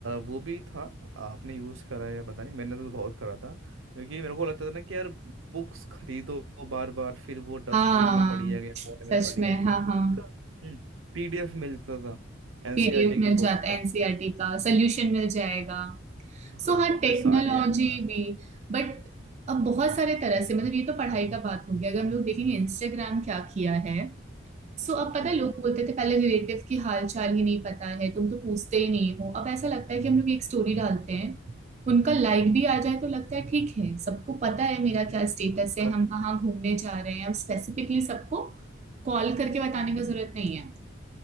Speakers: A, on the right; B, on the right.
A: वो भी था आपने यूज़ करा है या पता नहीं मैंने तो बहुत करा था क्योंकि मेरे को लगता था ना कि यार बुक्स खरीदो बार बार फिर वो डस्टबिन
B: हाँ
A: में पड़ी है या कोने
B: सच
A: में पड़ी
B: में
A: है
B: हाँ हाँ
A: उसका पीडीएफ मिलता था एनसीईआरटी
B: पीडीएफ मिल
A: की
B: जाता
A: बुक्स
B: है
A: का
B: एनसीईआरटी का सोल्यूशन मिल जाएगा
A: हम्म, हाँ
B: सो हाँ
A: इतने
B: टेक्नोलॉजी
A: सारे ऐप था
B: भी बट अब बहुत सारे तरह से मतलब ये तो पढ़ाई का बात हो गया अगर हम लोग देखेंगे इंस्टाग्राम क्या किया है सो अब पता
A: हम्म
B: है लोग बोलते थे पहले रिलेटिव की हाल चाल ही नहीं पता है तुम तो पूछते ही नहीं हो अब ऐसा लगता है कि हम लोग एक स्टोरी डालते हैं उनका लाइक भी आ
A: हम्म।
B: जाए तो लगता है ठीक है सबको पता है मेरा क्या स्टेटस
A: हाँ,
B: है
A: का-
B: हम कहाँ घूमने जा रहे हैं अब स्पेसिफिकली सबको कॉल करके बताने
A: हम्म।
B: का जरूरत नहीं है